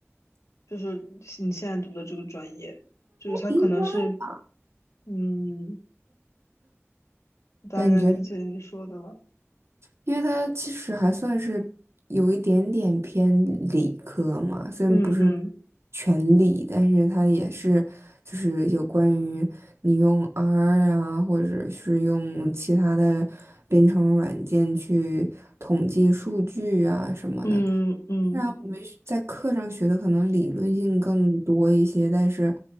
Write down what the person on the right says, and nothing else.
应该。
感觉。因为它其实还算是有一点点偏理科嘛，虽然不是
全理，但是它也是就是有关于你用 R 啊，或者是用其他的编程软件去统计数据啊什么的。
虽然我们是在课上学的可能理论性更多一些，但是